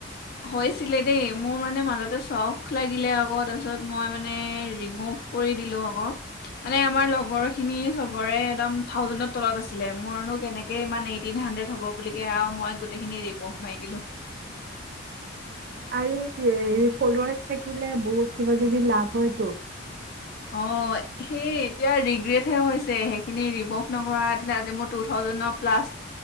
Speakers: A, on the left; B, on the right.
A: হৈছিলে দেই। মোৰ মানে মাজতে চখ লাগিলে আকৌ তাৰপিছত মই মানে ৰিমুভ কৰি দিলো আকৌ মানে আমাৰ লগৰ খিনি চবৰে একদম থাউজেণ্ডৰ তলত আছিলে মোৰনো কেনেকৈ ইমান এইটিন হাণ্ড্ৰেড হ'ব বুলিকে আৰু মই গোটেইখিনি ৰিমোভ মাৰি দিলোঁ।
B: সেয়েহে ফলৱাৰচ থাকিলে বহুত কিবা কিবি লাভ হয়তো।
A: অ', সেই এতিয়া ৰিগ্ৰেটহে হৈছে সেইখিনি ৰিমভ নকৰাহেঁতেন আজি মোৰ টু থাউজেণ্ড প্লাছ